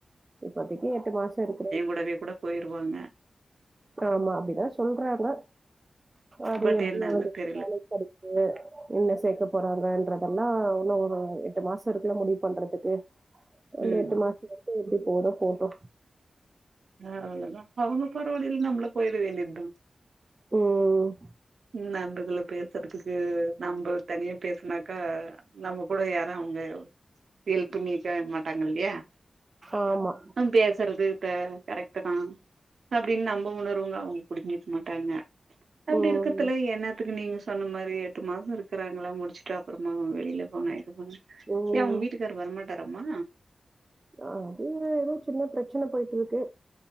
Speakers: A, on the right (about 25°); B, on the right (about 70°).
A: இப்போத்திக்கு எட்டு மாசோ இருக்கறன்
B: உடவே கூட போயிருவாங்க
A: ஆமா அப்புடிதா சொல்றாங்க அது
B: பட்
A: எப்டி
B: என்னன்னு
A: அவங்களுக்கு
B: தெரில
A: வேலை கெடைக்குது என்ன சேக்க போறாங்கன்றதல்லா உன்னு ஒரு எட்டு மாசோ இருக்குல முடிவு பண்றதுக்கு அந்த
B: ம்
A: எட்டு மாசோ வரைக்கு எப்டி போதோ போட்டோ
B: அவ்ளதா அவுங்கோ பரவாலில்ல நம்மளே போயிட வேண்டியத்தா
A: ம்
B: <unintelligible> பேர் சற்துக்கு நம்ம தனியா பேசனாக்கா நம்ம கூட யாரு அவுங்க எல்ப்பண்ணீங்க மாட்டாங்க இல்லையா
A: ஆமா
B: பேசறது ப்ப கரெக்ட்டு தா அப்டின்னு நம்ம உணர்வுங்கோ அவுங்க புடிஞ்சிக்க மாட்டாங்க அப்டி
A: ம்
B: இரு என்னாத்துக்கு நீங்க சொன்ன மாரி எட்டு மாசம் இருக்கறாங்களா முடிச்சுட்டு அப்புறமா வெளியில போங்க இது பண்ணு
A: ம்
B: ஏ அவங்க வீட்டுக்கார் வரமாட்டாரம்மா
A: அது ஏதோ சின்ன பிரச்சனை போயிட்டு இருக்கு